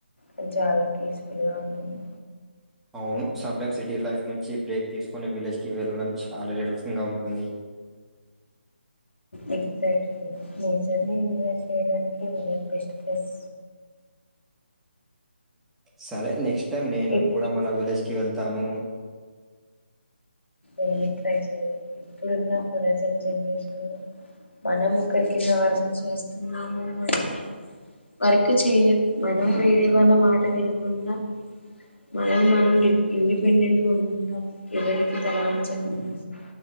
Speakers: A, on the left; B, in the centre.
A: అని చాలా పీస్ఫుల్ గా ఉంటుంది
B: అవును సమ్టైమ్స్ సిటీ లైఫ్ నుంచి బ్రేక్ తీసుకొని విలేజ్కి వెళ్ళడం చాలా రిలాక్సింగ్ గా ఉంటుంది
A: ఎక్జాక్ట్లీ నేచర్ ని ఎన్ చేయడానికి బెస్ట్ ఫస్
B: సరే నెక్స్ట్ టైమ్ నేను
A: ఇఫ్
B: కూడా మన విలేజ్ కి వెళ్తాను
A: ఏ ట్రై చెయదు ఇప్పుడున్న ప్రజెంట్ జనరేషన్ లో మన ముక్కరి కింద వర్క్ చేస్తున్నాము అంటే వర్క్ మనం వేరేపోళ్ల మా వినకుండా మనం మనం ఇండిపెండెంట్ గా ఉన్నాము ఎవరికి తలవంచకుండా